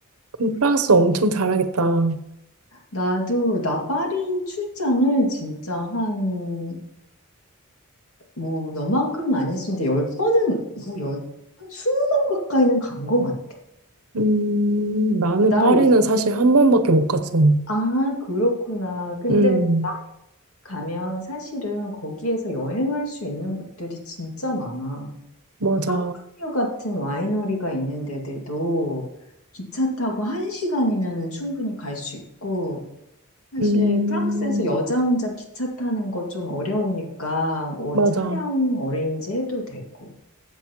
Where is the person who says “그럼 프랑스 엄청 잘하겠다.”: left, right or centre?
Right